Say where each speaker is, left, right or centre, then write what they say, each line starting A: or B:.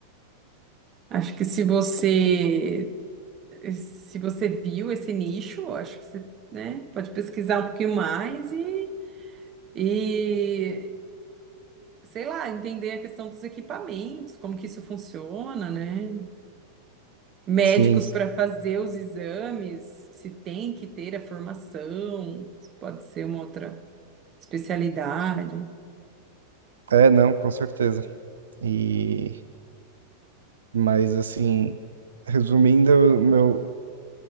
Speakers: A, on the right; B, on the right.
A: acho que se você se você viu esse nicho, acho que você, né, pode pesquisar um pouquinho mais e, e sei lá, entender a questão dos equipamentos, como que isso funciona, né? Médicos
B: sim,
A: para fazer os exames, se tem que ter a formação, pode ser uma outra especialidade.
B: é, não, com certeza. E, mas, assim, resumindo, meu,